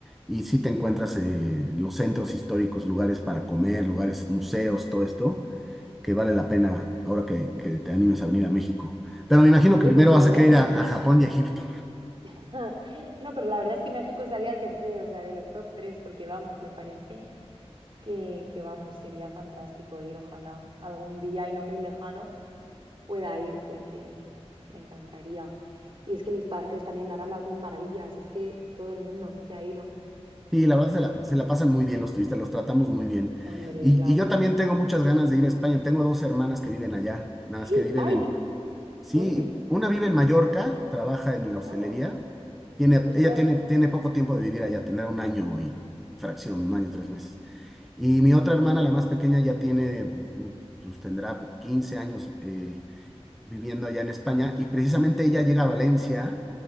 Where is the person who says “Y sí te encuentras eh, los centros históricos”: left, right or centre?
Centre